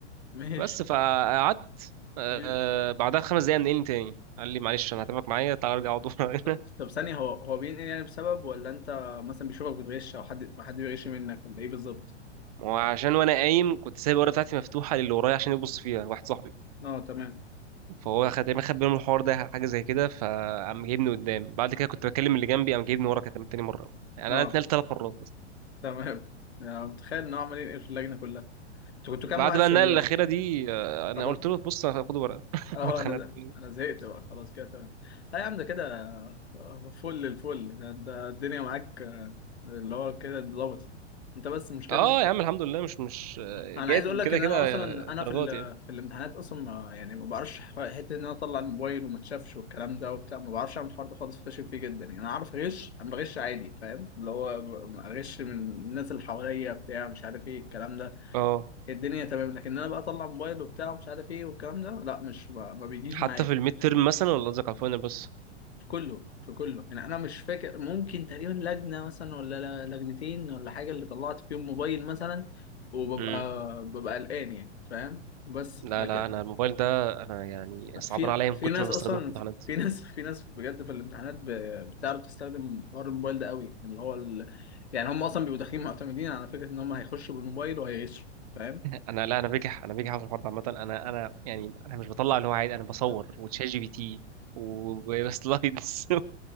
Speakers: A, on the left; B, on the right.
A: ماشي
B: بس فقعدت آه
A: في-
B: بعدها خمس دقايق منقلني تاني قال لي معلش انا هتابعك معايا تعالى ارجع اقعد <laughs> ورا
A: طب
B: هنا
A: طب ثانية هو هو بينقل يعني بسبب ولا انت مثلا بيشوفك بتغش او حد حد بيغش منك ولا ايه بالظبط؟
B: وعشان وانا قايم كنت سايب الورقه بتاعتي مفتوحه للي ورايا عشان يبص فيها واحد صاحبي
A: اه تمام
B: فهو خد تقريبا خد باله من الحوار ده حاجه زي كده فقام جايبني قدام بعد كده كنت بكلم اللي جنبي قام جايبني ورا كانت تاني مره يعني
A: اه
B: انا اتنقلت ثلاث مرات مثلا
A: تمام يعني متخيل ان هو عمال ينقل في اللجنة كلها انتوا كنتوا
B: بعد
A: كام واقف
B: بقى
A: في
B: النقله
A: ال...
B: الاخيره دي آه، انا
A: خلاص
B: قلت له بص انا هاخد ورقه <laughs>
A: اه
B: أنا اتخنقت
A: انا ده. انا زهقت بقى خلاص كده تمام لا يا عم ده كده آه، فل الفل ده انت الدنيا معاك آه، اللي هو كده اتظبطت انت بس مش كده
B: اه يا عم الحمد لله مش مش آه،
A: انا
B: جايب
A: عايز اقول لك
B: كده
A: ان
B: كده
A: انا اصلا
B: آه، درجات
A: انا في ال...
B: يعني
A: في الامتحانات اصلا ما- يعني ما بعرفش ح- حته ان انا اطلع الموبايل وما اتشافش والكلام ده وبتاع ما بعرفش اعمل الحوار ده خالص فاشل فيه جدا يعني انا عارف اغش انا بغش عادي فاهم اللي هو ب- اغش من الناس اللي حواليا بتاع مش عارف ايه الكلام ده
B: اه
A: الدنيا تمام لكن انا بقى اطلع موبايل وبتاع مش عارف ايه والكلام ده لا مش ما ما بيجيش
B: حتى
A: معايا
B: في الميد تيرم مثلا ولا قصدك على الفاينل بس
A: في كله في كله يعني انا مش فاكر ممكن تقريبا لجنه مثلا ولا ل- لجنتين ولا حاجه اللي طلعت فيهم موبايل مثلا وببقى
B: امم
A: ببقى قلقان يعني فاهم بس
B: لا
A: لكن
B: لا انا الموبايل ده انا يعني صعبان
A: في
B: عليا من
A: في
B: كتر
A: ناس
B: ما
A: اصلا
B: بستخدمه في الامتحانات
A: في ناس في ناس بجد في الامتحانات ب- بتعرف تستخدم حوار الموبايل ده قوي اللي هو ال... يعني هم اصلا بيبقوا داخلين معتمدين على فكره ان هم هيخشوا بالموبايل وهيعيشوا فاهم
B: <laughs> انا لا انا بجح انا بجح في الحوار ده عامه انا انا يعني انا مش بطلع اللي هو عادي انا بصور
A: <laughs>
B: وتشات جي بي تي وسلايدز <laughs>